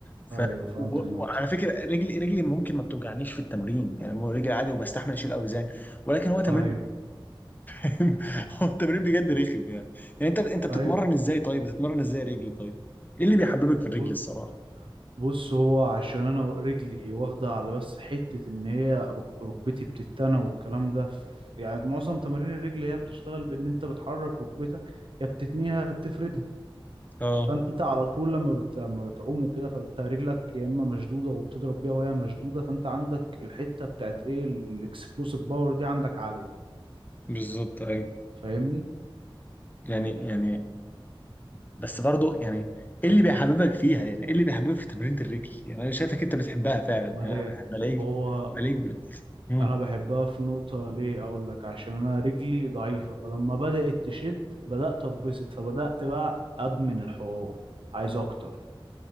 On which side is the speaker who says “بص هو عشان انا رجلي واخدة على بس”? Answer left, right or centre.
Right